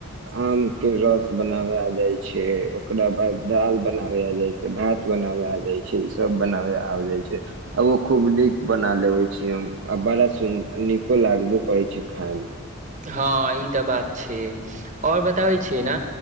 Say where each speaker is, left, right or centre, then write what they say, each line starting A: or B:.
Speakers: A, on the right; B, on the right.
A: आम के रस बनावा जाइ छै ओकरा बाद दाल बनावेिया जाय छै भात बनावे आ जाय छै ई सब बनावे आब जाइ छै आ ओ हो खूब नीक बना लेबे छिय हम आ बड़ा सु नीको लागबो करे छै खाय म
B: हँ ई तऽ बात छै आओर बताबै छी ने